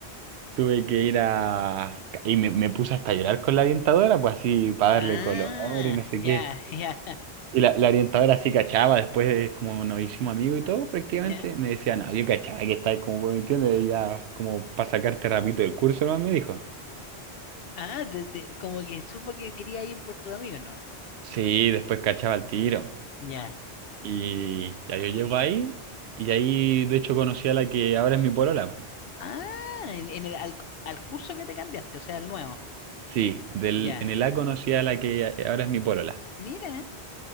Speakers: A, on the right (about 80°); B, on the left (about 65°).
A: tuve que ir a... Y me, me puse hasta a llorar con la orientadora, pues así, para
B: Ah,
A: darle color y no sé
B: ya,
A: qué.
B: <laughs> ya,
A: Y la, la orientadora sí cachaba, después de como nos hicimos amigos y todo, prácticamente,
B: ya.
A: me decía, no, yo cachaba que estáis como pues, me entiendes, ya como para sacarte rapidito del curso, ¿no? Me dijo.
B: Ah, te- te- como que supo que quería ir por tu amigo, ¿no?
A: Sí, después cachaba el tiro.
B: Ya.
A: Y ya yo llego ahí, y ahí de hecho conocí a la que ahora es mi polola. po.
B: Ah, en, en el, al, al curso que te cambiaste, o sea, al nuevo.
A: Sí, del,
B: Ya.
A: en el A conocí a la que a- ahora es mi polola.
B: Mira,